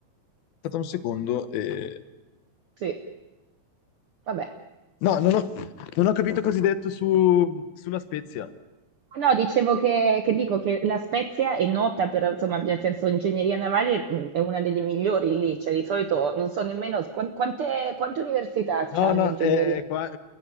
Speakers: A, on the left (about 85°); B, on the right (about 70°).
A: Aspetta un secondo. eh,
B: Sì, vabbè.
A: No, non ho, non ho capito cosa hai detto su, sulla Spezia.
B: No, dicevo che, che dico che La Spezia è nota per, insomma, nel senso, ingegneria navale mm, è una delle migliori lì, cioè di solito non so nemmeno quan- quante, quante università
A: No,
B: hanno
A: no,
B: ingegneria.
A: eh, qua,